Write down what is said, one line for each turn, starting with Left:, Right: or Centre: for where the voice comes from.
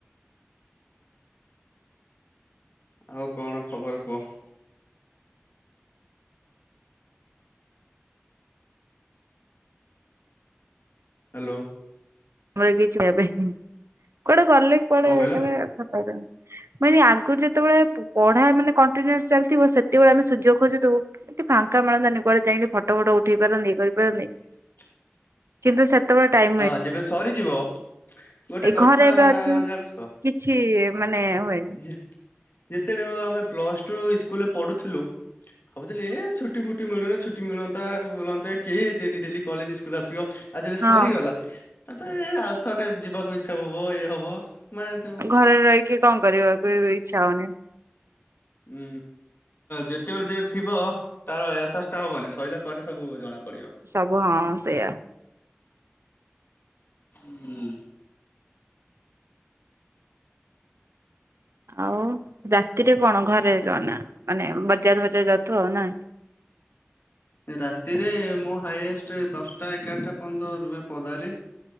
Left: ଆଉ କଣ ଖବର କୁହ। ହାଲୋ।
Right: ଆମର କିଛି <inaudible> କୁଆଡେ ଗଲେ କଆଡେ
Left: କଣ କହିଲ?
Right: ମାନେ ଆଗରୁ ଯେତେବେଳେ ପଢା ମାନେ କଣ୍ଟିନ୍ୟୁସ ଚାଲିଥିବ ସେତେବେଳେ ଆମେ ସୁଯୋଗ ଖୋଜୁଥିବୁ। ଏଠି ଫାଙ୍କା ମିଳନ୍ତାନି କୁଆଡେ ଯାଇକି ଫଟୋ ଫଟୋ ଉଠେଇ ପାରନ୍ତି ଇଏ କରିପାରନ୍ତି।
Left: <inaudible>
Right: କିନ୍ତୁ ସେତେବେଳେ ଟାଇମ
Left: ହଁ ଯେବେ ସରିଯିବ। ଗୋଟେ
Right: ଏଇ
Left: କଥା
Right: ଘରେ ଏବେ ଅଛୁ
Left: ଜାଣିଛ
Right: କିଛି ମାନେ ହୁଏନି
Left: ଯେ ଯେତେବେଳେ ଆମେ ପ୍ଲସଟୁ ସ୍କୁଲରେ ପଢୁଥିଲୁ। ଭାବୁଥିଲି ଛୁଟି ଫୁଟି ମିଳୁନି ଛୁଟି ମିଳନ୍ତା ବୁଲନ୍ତେ କେଏ ଡେଲି ଡେଲି କଲେଜ ସ୍କୁଲ ଆସିବ ଆଜି
Right: ହଁ
Left: ସରିଗଲା ତ ଆଉ ଥରେ ଯିବାକୁ ଇଚ୍ଛା ହବ ଇଏ ହବ। ମାନେ ଯୋଉ
Right: ଘରେରେ ରହିକି କଣ କରିବା ବାଳେବେଳେ ଇଚ୍ଛା ହଉନି?
Left: ହୁଁ। ଯେତେବେଳେ ଯେ ଥିବ ତାର ଏସାସ ହବନି ସରିଲା ପରେ ସବୁ ଜଣା ପଡିବ।
Right: ସବୁ ହଁ ସେଇଆ।
Left: ହୁଁ।
Right: ଆଉ ରାତିରେ କଣ ଘରେ ରୁହନା ମାନେ ବଜାର ବଜାର ଯାଉଥୁ ନା।
Left: ରାତିରେ ମୁଁ ହାଇଏଷ୍ଟ ଦଶଟା ଏଗାରଟା ପର୍ଯ୍ୟନ୍ତ ରୁହେ ପଦାରେ।